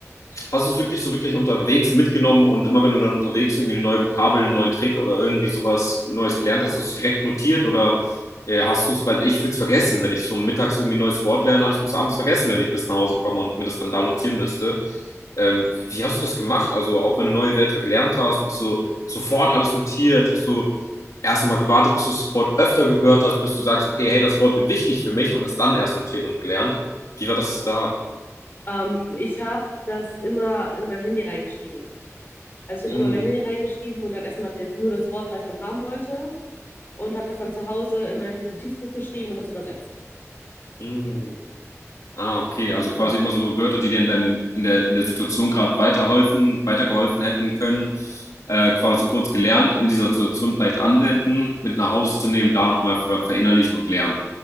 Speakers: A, on the left (about 80°); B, on the left (about 40°).
A: hast du es wirklich so wirklich unterwegs mitgenommen und immer wenn du dann unterwegs irgendwie eine neue Vokabel, einen neuen Trick oder irgendwie sowas Neues gelernt hast, hast du es direkt notiert oder äh, hast du es, weil ich würde es vergessen, wenn ich so mittags irgendwie ein neues Wort lerne, habe ich es bis abends vergessen, wenn ich bis nach Hause komme und mir das dann da notieren müsste. Ähm, wie, wie hast du das gemacht? Also auch wenn du neue Wörter gelernt hast, hast du sofort alles notiert, hast du erst einmal gewartet, bis du das Wort öfter gehört hast, bis du sagst, okay, hey, das Wort wird wichtig für mich und es dann erst notiert und gelernt. Wie war das da?
B: Ähm, ich habe das immer in mein Handy reingeschrieben. Also ich
A: Mm,
B: habe immer mein Handy reingeschrieben und dann erstmal das, nur das Wort, was ich dann haben wollte. Und habe das dann zu Hause in mein Notizbuch geschrieben und das übersetzt.
A: mm. Ah, okay. Also quasi
B: Genau.
A: immer so Wörter, die dir in deinem, in der, in der Situation gerade weiterhelfen, weitergeholfen hätten können, äh, quasi kurz gelernt, in dieser Situation vielleicht anwenden, mit nach Hause nehmen, da nochmal ver verinnerlichen und lernen.